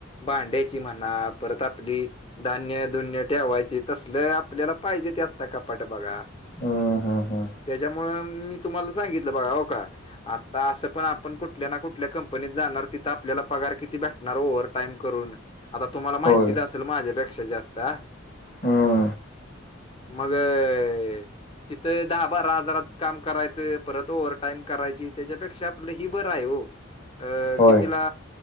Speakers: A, on the left (about 25°); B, on the left (about 45°).
A: भांड्याची म्हणा परत आपली धान्य धुन्य ठेवायची तसल आपल्याला पाहिजे ते आत्ता कपाटं बघा.
B: हम्म हम्म हम्म
A: त्याच्यामुळं मी तुम्हाला सांगितलं बगा होका आत्ता असं पण आपण कुठल्या ना कुठल्या कंपनीत जाणार तिथं आपल्याला पगार किती भेटणार ओवर टाईम करून आता तुम्हाला
B: होय
A: माहितीच असेल माझ्यापेक्षा जास्त अं
B: हं
A: मगअं तिथं दहा बारा हजारात काम करायचं परत ओवर टाईम करायची त्याच्यापेक्षा आपलं ही बरं आहे हो अ
B: होय
A: कितीला